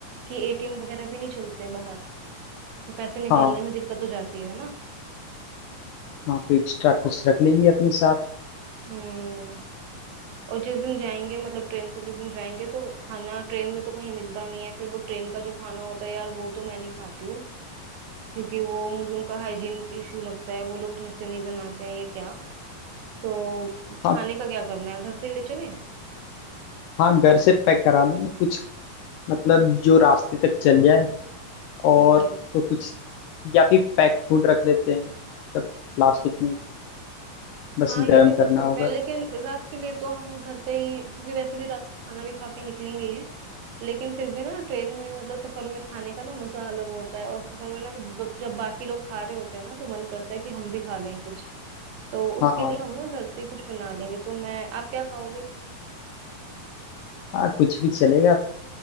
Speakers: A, on the right; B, on the left.
A: कि एटीएम वगैरह भी नहीं चलते हैं बाहर तो पैसे निकालने
B: हाँ
A: में दिक्कत हो जाती है है ना
B: हाँ तो एक्स्ट्रा कुछ रख लेंगे अपने साथ
A: हम्म और जिस दिन जाएंगे मतलब ट्रेन से जिस दिन जाएंगे तो खाना ट्रेन में तो कहीं मिलता नहीं है फिर वो ट्रेन का जो खाना होता है यार वो तो मैं नहीं खाती हूँ क्योंकि वो मुझे उनका हाइजीन इशू लगता है वो लोग ढंग से नहीं बनाते हैं ये क्या तो
B: हाँ
A: खाने का क्या करना है घर से ही ले चलें
B: हाँ घर से पैक करा लेंगे कुछ मतलब जो रास्ते तक चल जाए और
A: हम्म
B: तो कुछ या फिर पैक फूड रख लेते हैं मतलब प्लास्टिक में बस
A: हाँ ये
B: गर्म
A: भी कर
B: करना
A: सकते
B: होगा
A: हैं लेकिन रात के लिए तो हम घर से ही क्योंकि वैसे भी रात को खाना भी खा के निकलेंगे ही लेकिन फिर भी ना ट्रेन में मतलब सफर में खाने का ना मजा अलग होता है और सफर में ना ब- जब बाकी लोग खा रहे होते हैं ना तो मन करता है कि हम भी खा लें कुछ तो उसके
B: हाँ
A: लिए हम ना घर से ही कुछ बना लेंगे तो मैं आप क्या खाओगे
B: हाँ कुछ भी चलेगा